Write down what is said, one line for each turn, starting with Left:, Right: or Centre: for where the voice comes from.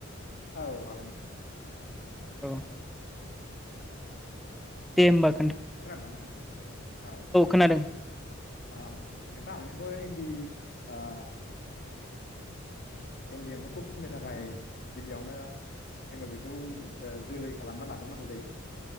Left: औ हागोन नोंथां।
Centre: औ। दे होनबा।
Left: खोनादोंना नोंथां औ दे
Centre: खोनादों
Left: ओ नोंथां जोंथ' इन्दि ओ। इन्दि एम्फौखौ फिसिनो थाखाय गिबियावनो जोङो बेखौ जोलै खालामना लाग्रोनांगौ जायो।